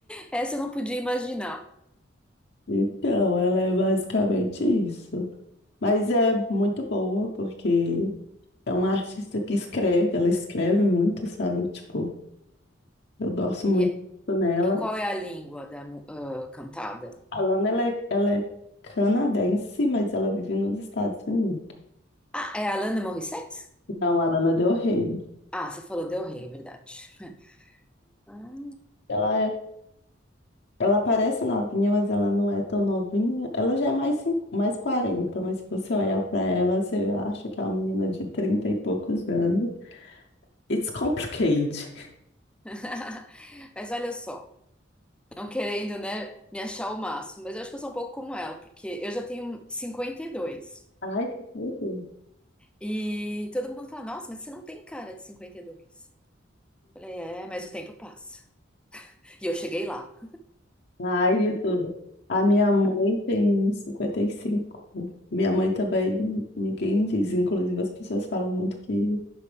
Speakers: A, in the centre; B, on the left.
A: Essa eu não podia imaginar.
B: Então, ela é basicamente isso. Mas é muito boa, porque é uma artista que escreve, ela escreve muito, sabe? Tipo, eu gosto muito
A: E,
B: nela.
A: e qual é a língua da mu- ah, cantada?
B: A Lana, ela é, ela é canadense, mas ela vive nos Estados Unidos.
A: Ah, é a Alanis Morissette?
B: Não, a Lana Del Rey.
A: Ah, você falou Del Rey, é verdade. <laughs> Ah.
B: Ela é Ela parece novinha, mas ela não é tão novinha. Ela já é mais, cin- mais 40, mas se você olhar pra ela, você acha que é uma menina de 30 e poucos anos. It's complicated.
A: <laughs> Mas olha só, não querendo, né, me achar o máximo, mas eu acho que eu sou um pouco como ela, porque eu já tenho 52.
B: Ai, que tudo.
A: E todo mundo fala, nossa, mas você não tem cara de cinquenta e dois Falei, é, mas o tempo passa. E eu cheguei lá.
B: Ai, de tudo. A minha mãe tem 55. Minha mãe também, ninguém diz. Inclusive, as pessoas falam muito que